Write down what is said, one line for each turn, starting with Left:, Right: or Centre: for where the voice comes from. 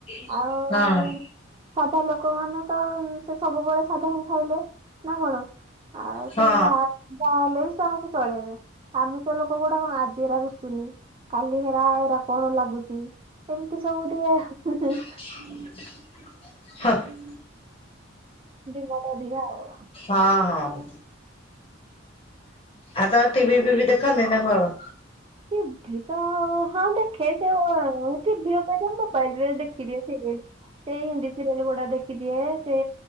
Left: ହଁ।
Right: ଆଉ ସାଧା ଲୋକମାନେ ତ ସେ ସବୁବେଳେ ସାଧା ଖାଇଲେ, ନା କଣ? ଆଉ
Left: ହଁ
Right: ସେ ଯାହା ଯାହାହେଲେବି ସମସ୍ତେ ଚଳେଇବେ। ଆମିଷ ଲୋକ ଗୁଟାକ କଣ ଆଜି ଏରା ୠଚୁନି। କାଲି ହେରା ହେରା କଣ ଲାଗୁଛି ଏମିତି ସବୁ ଟିକେ। <inaudible>
Left: <unintelligible>
Right: <unintelligible>
Left: ହଁ ହଁ। ଆଉ ତମେ ଟିଭି ଫିଭି ଦେଖନି ନା କଣ?
Right: ଟିଭି ତ ହଁ ଦେଖେ ସେ ଟିଭି ସେ ଓ ଟିଭି ଉପରେ ମୋବାଇଲିରେ ଦେଖିଦିଏ ସିରିଏଲ। ସେଇ ହିନ୍ଦି ସିରିଏଲ ଗୁଡା ଦେଖିଦିଏ, ସେ